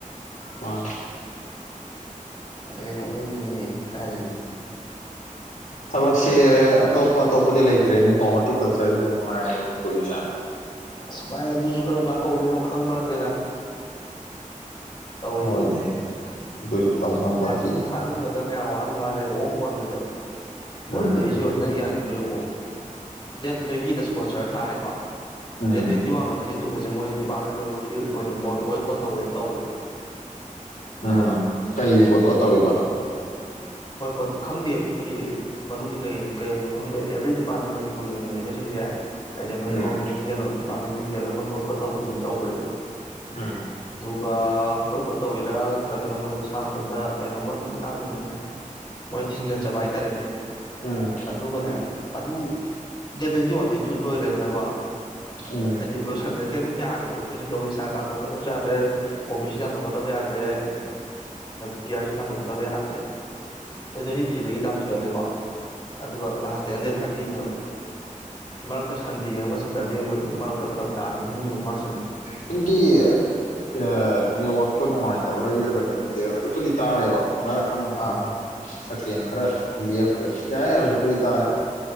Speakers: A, on the left (about 80°); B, on the left (about 30°).
A: ꯃꯥ
B: ꯑꯦ ꯅꯣꯛꯅꯤꯡꯉꯅꯦꯍꯦ ꯀꯥꯗꯅꯣ
A: ꯊꯕꯛꯁꯦ ꯑꯇꯣꯞꯄ ꯑꯇꯣꯞꯄꯗꯤ ꯂꯩꯇ ꯂꯩꯇ꯭ꯔꯦꯅꯦꯀꯣ ꯍꯣꯔꯇꯤꯀꯜꯆꯔꯒꯤꯗꯣ ꯃꯉꯥꯏꯔꯦ ꯃꯅꯤꯄꯨꯔꯕꯤꯁꯥ
B: ꯑꯁ ꯚꯥꯏ ꯑꯗꯨꯁꯨ ꯀꯔꯝ ꯀꯥꯟ ꯀꯧꯗꯣꯏꯅꯣ ꯈꯪꯕ ꯅꯠꯇꯦꯗ ꯇꯧꯔꯤꯗꯣ
A: ꯍꯣꯏꯅꯦ ꯑꯗꯨꯁꯨ ꯇꯝ
B: ꯁꯨꯝ
A: ꯉꯝꯄꯣꯟꯇꯦꯅꯦ
B: ꯊꯥ ꯊꯥꯖꯤꯟꯕꯗ ꯗ ꯃꯌꯥꯝ ꯋꯥꯍꯟꯕꯅꯦꯕ ꯑꯣꯛ ꯍꯍꯟꯕꯅꯦꯕ ꯃꯣꯏꯅ
A: ꯎꯝ
B: ꯇꯧꯔꯤꯁꯦꯅ ꯌꯥꯅꯤꯡꯕ ꯌꯦꯡꯉꯣꯡꯕ ꯗꯦꯠ ꯇ꯭ꯋꯦꯟꯇꯤꯗ ꯏꯁꯄꯣꯟꯁꯔ ꯊꯥꯔꯦꯀꯣ
A: ꯎꯝ
B: ꯗꯦꯠ ꯇ꯭ꯋꯦꯟꯇꯤ ꯋꯥꯟꯒ ꯇ꯭ꯋꯦꯟꯇꯤ ꯑꯗꯨꯒꯁꯦ ꯃꯣꯏ ꯗꯤꯄꯥꯔꯠꯃꯦꯟ ꯂꯣꯏꯅꯃꯛꯀꯤ ꯑꯣꯏꯅ ꯕꯣꯏ ꯀꯣꯠ ꯇꯧꯋꯦ ꯇꯧꯈ꯭ꯔꯦ ꯈꯪꯉꯕ
A: ꯎꯝ ꯀꯩꯔꯤꯕꯣꯏ ꯈꯣꯠꯇꯧꯔꯤꯕ
B: ꯚꯣꯏꯀꯣꯠ ꯈꯪꯗꯦ ꯑꯩꯣꯏꯒꯤ ꯃꯅꯨꯡꯒꯤ ꯀꯩ ꯀꯩ ꯑꯦꯕ꯭ꯔꯤ ꯗꯤꯄꯥꯔꯠꯃꯦꯟ ꯃꯅꯤꯄꯨꯔꯒꯤ ꯑꯣꯏꯅ ꯂꯩꯔꯤꯕꯕꯁꯤꯡꯁꯦ ꯍꯥꯏꯗꯤ ꯑꯩꯈꯣꯏ
A: ꯎꯝ
B: ꯒꯃꯦꯟꯒꯤ ꯀꯩꯅꯣ ꯗꯤꯄꯥꯔꯠꯃꯦꯟꯁꯤꯡꯁꯦ ꯂꯣꯏ ꯕꯣꯏꯀꯣꯠ ꯇꯧꯕ꯭ꯔꯅꯤꯅ ꯇꯧꯈꯦꯕ
A: ꯎꯝ
B: ꯕꯣꯏꯀꯣꯠ ꯇꯧꯋꯤꯔꯥ ꯅꯠꯇ꯭ꯔꯒꯅ ꯃꯣꯏ ꯃꯁꯥ ꯃꯊꯟꯗ ꯀꯩꯅꯣꯃ ꯃꯇꯥꯡꯗꯅꯤꯅꯦ ꯃꯣꯏ ꯊꯤꯟꯖꯠꯖꯕ ꯑꯥꯏꯇꯥꯔꯦꯅꯦ
A: ꯎꯝ
B: ꯑꯗꯨꯒꯅꯦ ꯑꯗꯨ ꯗꯦꯠ ꯇ꯭ꯋꯦꯟꯇꯤ ꯋꯥꯟ ꯇ꯭ꯋꯦꯟꯇ ꯇꯨꯗ ꯂꯣꯏꯈ꯭ꯔꯦꯗꯅꯀꯣ
A: ꯎꯝ
B: ꯍꯥꯏꯗꯤ ꯂꯣꯏꯁꯛꯅ ꯀꯩꯝꯇ ꯌꯥꯗ꯭ꯔꯦꯕ ꯑꯩꯈꯣꯏꯁꯨ ꯗꯣꯃꯤꯟꯁꯥ ꯇꯥꯟꯊꯣꯛꯀꯗꯕꯁꯨ ꯌꯥꯗ꯭ꯔꯦ ꯑꯣ ꯕꯤ ꯁꯤꯥꯟ ꯥꯟꯊꯣꯛꯀꯕ ꯌꯥꯗ꯭ꯔꯦ ꯄꯤꯌꯥꯔ ꯁꯤ ꯇꯥꯟꯊꯣꯛꯀꯗꯕ ꯌꯥꯗ꯭ꯔꯦꯕ ꯇ꯭ꯋꯦꯟꯇꯤ ꯊ꯭ꯔꯤꯗꯒꯤ ꯇꯥꯟ ꯁꯨꯍꯜꯂꯦꯀꯣ ꯑꯗꯨꯒ ꯂꯥꯁ ꯗꯦ ꯍꯟꯗ꯭ꯔꯦꯠ ꯊꯥꯔꯇꯤꯅꯦꯕ ꯃꯔꯛꯇ ꯁꯟꯗꯦ ꯑꯃꯒ ꯁꯦꯇꯔꯗꯦ ꯑꯃꯒꯗꯨ ꯃꯔꯛꯇ ꯐꯔꯛ ꯇꯥꯗ ꯑꯅꯤꯃꯨꯛ ꯂꯥꯛ
A: ꯅꯪꯒꯤ ꯑꯦ ꯅꯦꯠꯋꯥꯛ ꯅꯨꯡꯉꯥꯏꯇꯕ꯭ꯔ ꯏꯔ ꯀꯩꯅꯣ ꯈꯣꯡꯗꯦ ꯍꯧꯖꯤꯛꯄꯨꯗꯤ ꯇꯥꯔꯦꯕ ꯃꯔꯛ ꯑꯃ ꯉꯥꯏꯍꯥꯛ
B: ꯑꯥ
A: ꯑꯃꯨꯛ ꯍꯦꯡ ꯈꯔ ꯂꯦꯞꯈ꯭ꯔꯦ ꯌꯥꯏꯦ ꯍꯧꯖꯤꯛꯄꯨꯗꯤ ꯇꯥꯔꯦ